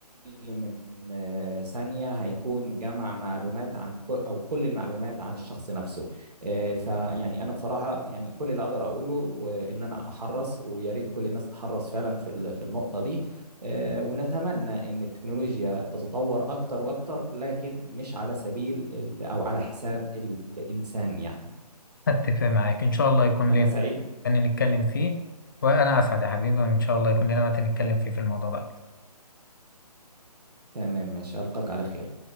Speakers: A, on the right; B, on the left.
A: من آه، ثانية هيكون جمع معلومات عن كل أو كل المعلومات عن الشخص نفسه فيعني أنا بصراحة يعني كل اللي أقدر أقوله إن أنا أحرص ويا ريت كل الناس تحرص فعلا في ال- في النقطة دي آه، ونتمنى إن التكنولوجيا تتطور أكتر وأكتر لكن مش على سبيل ال- أو على حساب الإنسان يعني
B: اتفق معاك ان شاء الله يكون
A: أنا
B: لنا
A: سعيد
B: تاني نتكلم فيه وانا اسعد يا حبيبي وان شاء الله يكون لنا وقت نتكلم فيه في الموضوع ده
A: تمام ماشي ألقاك على خير